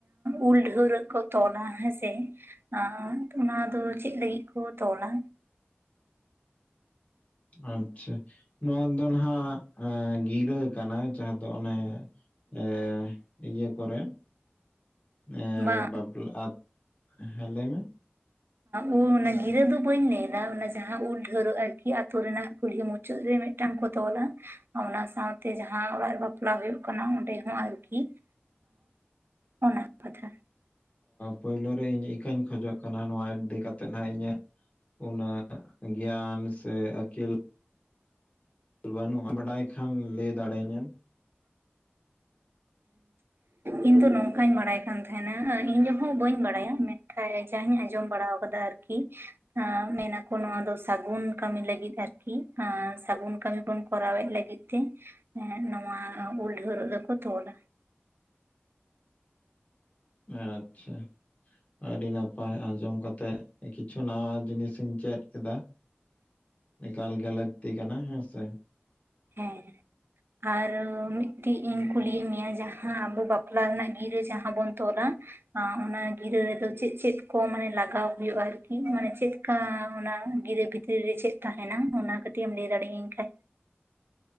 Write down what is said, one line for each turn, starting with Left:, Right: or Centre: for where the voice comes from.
Right: ᱩᱞ ᱰᱷᱟᱹᱣᱨᱟᱹᱜ ᱠᱚ ᱛᱚᱞᱟ ᱦᱮᱸᱥᱮ ᱟᱸ ᱚᱱᱟ ᱫᱚ ᱪᱮᱫ ᱞᱟᱜᱤᱫ ᱠᱚ ᱛᱚᱞᱟ
Left: ᱟᱪᱪᱷᱟ ᱱᱚᱣᱟ ᱫᱚ ᱱᱟᱜ ᱜᱤᱨᱟᱹ ᱠᱟᱱᱟ ᱡᱟᱦᱟᱸ ᱫᱚ ᱚᱱᱮ ᱮ ᱤᱭᱟᱹ ᱠᱚᱨᱮ ᱮ
Right: ᱵᱟᱝ
Left: ᱵᱟᱯᱞᱟ ᱦᱮᱸ ᱞᱟᱹᱭᱢᱮ
Right: ᱩ ᱚᱱᱟ ᱜᱤᱨᱟᱹ ᱫᱚ ᱵᱟᱹᱧ ᱞᱟᱹᱭᱫᱟ ᱚᱱᱟ ᱡᱟᱦᱟᱸ ᱩᱞ ᱰᱷᱟᱹᱶᱨᱟᱹᱜ ᱟᱨᱠᱤ ᱟᱛᱳ ᱨᱮᱱᱟᱜ ᱠᱩᱞᱦᱤ ᱢᱩᱪᱟᱹᱫ ᱨᱮ ᱢᱤᱫᱴᱟᱝ ᱠᱚ ᱛᱚᱞᱟ ᱚᱱᱟ ᱥᱟᱶᱛᱮ ᱡᱟᱦᱟᱸ ᱚᱲᱟᱜ ᱨᱮ ᱵᱟᱯᱞᱟ ᱦᱳᱭᱳᱜ ᱠᱟᱱᱟ ᱚᱸᱰᱮ ᱦᱚᱸ ᱟᱨᱠᱤ ᱚ ᱟᱱᱟ <inaudible>
Left: ᱯᱳᱭᱞᱳ ᱨᱮ ᱤᱧ ᱤᱠᱟᱹᱧ ᱠᱷᱚᱡᱚᱜ ᱠᱟᱱᱟ ᱱᱚᱶᱟ ᱤᱫᱤ ᱠᱟᱛᱮᱫ ᱦᱟᱸᱜ ᱤᱧᱟᱹᱜ ᱚᱱᱟ ᱜᱮᱭᱟᱱ ᱥᱮ ᱟᱹᱠᱤᱞ ᱵᱟᱱᱩᱜᱼᱟ ᱵᱟᱰᱟᱭ ᱠᱷᱟᱱ ᱞᱟᱹᱭ ᱫᱟᱲᱮ ᱟᱹᱧᱮᱢ
Right: ᱤᱧ ᱫᱚ ᱱᱚᱝᱠᱟᱧ ᱵᱟᱲᱟᱭ ᱠᱟᱱ ᱛᱟᱦᱮᱱᱟ ᱤᱧ ᱡᱟᱦᱟᱸ ᱵᱟᱹᱧ ᱵᱟᱲᱟᱭᱟ ᱢᱮᱱ <unintelligible> ᱟᱸᱡᱚᱢ ᱵᱟᱲᱟᱣ ᱠᱟᱫᱟ ᱟᱨᱠᱤ ᱮᱸᱻ ᱢᱮᱱᱟᱠᱚ ᱱᱚᱣᱟ ᱫᱚ ᱥᱟᱹᱜᱩᱱ ᱠᱟᱹᱢᱤ ᱞᱟᱹᱜᱤᱫ ᱟᱨᱠᱤ, ᱟᱹᱥᱟᱹᱜᱩᱱ ᱠᱟᱹᱢᱤᱤ ᱵᱚᱱ ᱠᱚᱨᱟᱣᱮᱫ ᱞᱟᱜᱤᱫ ᱛᱮ ᱱᱚᱣᱟ ᱩᱞ ᱰᱷᱟᱹᱶᱨᱟᱹᱜ ᱫᱚᱠᱚ ᱛᱚᱞᱼᱟ
Left: ᱟᱪᱪᱷᱟ ᱟᱹᱰᱤ ᱱᱟᱯᱟᱭ ᱟᱸᱡᱚᱢ ᱠᱟᱛᱮᱜ ᱠᱤᱪᱷᱩ ᱱᱟᱣᱟ ᱡᱤᱱᱤᱥ ᱤᱧ ᱪᱮᱫ ᱠᱮᱫᱟ ᱮᱠᱟᱞ ᱜᱮ ᱞᱟᱹᱠᱛᱤ ᱠᱟᱱᱟ ᱦᱮᱸ ᱥᱮ
Right: ᱦᱮᱸ ᱟᱨ ᱢᱤᱫᱴᱤᱡ ᱤᱧ ᱠᱩᱞᱤᱭᱮᱜ ᱢᱮᱭᱟ ᱡᱟᱦᱟᱸ ᱟᱵᱚ ᱵᱟᱯᱞᱟ ᱨᱮᱱᱟᱜ ᱜᱤᱨᱟᱹ ᱡᱟᱦᱟᱸ ᱵᱚᱱ ᱛᱚᱞᱟ ᱚᱱᱟ ᱜᱤᱨᱟᱹ ᱨᱮᱫᱚ ᱪᱮᱫ ᱪᱮᱫ ᱠᱚ ᱢᱟᱱᱮ ᱞᱟᱜᱟᱣ ᱦᱳᱭᱳᱜᱼᱟ ᱟᱨᱠᱤ ᱢᱟᱱᱮ ᱪᱮᱫ ᱚᱱᱠᱟ ᱚᱱᱟ ᱜᱤᱫᱽᱨᱟᱹ ᱵᱷᱤᱛᱤᱨ ᱨᱮ ᱪᱮᱫ ᱛᱟᱦᱮᱱᱟ ᱚᱱᱟ ᱠᱟᱹᱴᱤᱡ ᱮᱢ ᱞᱟᱹᱭ ᱫᱟᱲᱮᱭᱟᱹᱧ ᱠᱷᱟᱡ